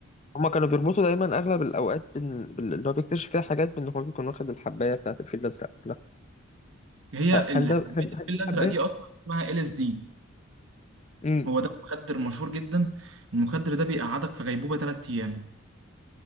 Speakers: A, on the left (about 30°); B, on the right (about 65°).
A: هما كانوا بيربطوا دايما أغلب الأوقات بال... بال... اللي هو بيكتشف فيها حاجات بإن هو بيكون واخد الحباية بتاعة الفيل الأزرق لا
B: هي
A: فهل
B: ال-
A: ده
B: حبايه
A: هل
B: الفيل
A: هل دي
B: الازرق
A: الحباية؟
B: دي اصلا اسمها ال اس دي
A: أمم
B: هو ده مخدر مشهور جدا المخدر ده بيقعدك في غيبوبة تلات أيام